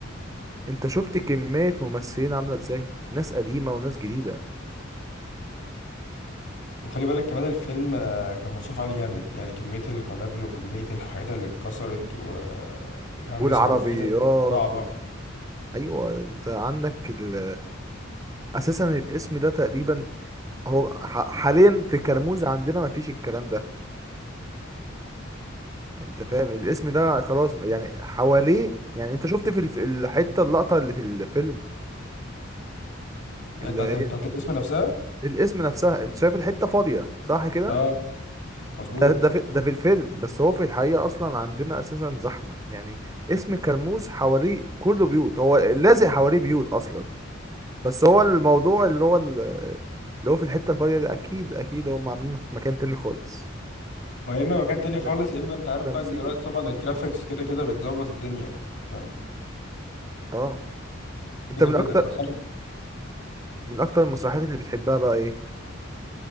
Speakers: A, on the right; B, on the left.
A: انت شفت كمية ممثلين عاملة ازاي ناس قديمة وناس جديدة
B: وخلي بالك كمان الفيلم آه، كان مصروف عليه جامد يعني كميه القنابل وكميه الحاجات اللي اتكسرت و... وكمان
A: والعربيات
B: بيصوروا في حتت صعبه
A: و... ايوه انت عندك ال... اساسا الاسم ده تقريبا هو ح- حاليا في كرموز عندنا ما فيش الكلام ده انت فاهم الاسم ده خلاص يعني حواليه يعني انت شفت في الف- الحتة اللقطة اللي في الفيلم
B: آه،
A: اللي
B: بتاعت
A: هي
B: بتاعت الاسم نفسها
A: الاسم نفسها انت شايف الحتة فاضية صح كده
B: اه مظبوط
A: ده ده في ده في الفيلم بس هو في الحقيقة اصلا عندنا اساسا زحمة يعني اسم كرموز حواليه كله بيوت هو لازق حواليه بيوت اصلا بس هو الموضوع اللي هو ال- اللي هو في الحتة الفاضية ده اكيد اكيد هم عاملينه في مكان تاني خالص
B: ويا اما مكان تاني خالص
A: ده
B: يا اما انت
A: ده
B: عارف
A: تمثيل
B: بقى دلوقتي طبعا الجرافيكس كده كده بتظبط الدنيا فاهم
A: اه انت
B: كده
A: من
B: كده
A: اكتر
B: بس انا
A: من اكتر المسرحيات اللي بتحبها بقى ايه